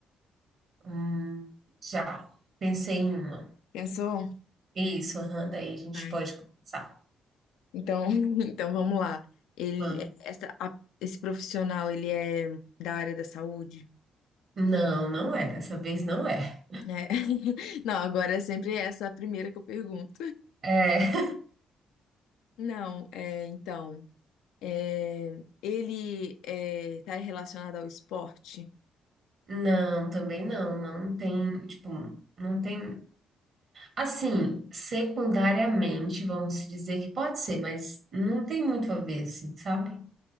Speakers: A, on the right; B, on the left.
A: Hum, já, pensei em uma.
B: Pensou?
A: Isso, aham, daí a gente
B: Vai.
A: pode começar.
B: Então, <laughs> então vamos lá. Ele,
A: Vamos.
B: essa, a- esse profissional, ele é da área da saúde,
A: Não, não é, dessa vez não é.
B: né? <laughs> Não, agora é sempre essa a primeira que eu pergunto.
A: É,
B: Não, é, então, é, ele é, tá relacionado ao esporte?
A: <laughs> não, também não, não tem, tipo, não tem. Assim, secundariamente, vamos se dizer que pode ser, mas não tem muito a ver, assim, sabe?